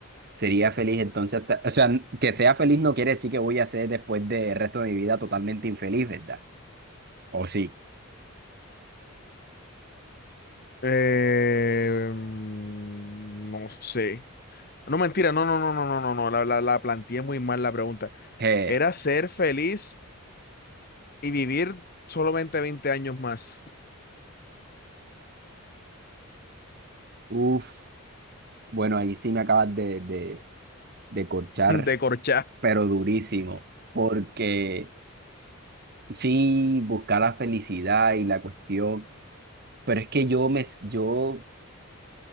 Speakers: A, on the right (about 45°); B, on the left (about 45°).
A: Sería feliz entonces, hasta- o sea, que sea feliz no quiere decir que voy a ser después del resto de mi vida totalmente infeliz, ¿verdad? ¿O sí?
B: Eh, mm, no sé. No, mentira, no, no, no, no, no, no, no, la, la, la planteé muy mal la pregunta.
A: Eh,
B: Era ser feliz y vivir solamente veinte años más
A: uf. Bueno, ahí sí me acabas de, de, de corchar,
B: <laughs> de corchá.
A: pero durísimo, porque sí, buscar la felicidad y la cuestión, pero es que yo me, yo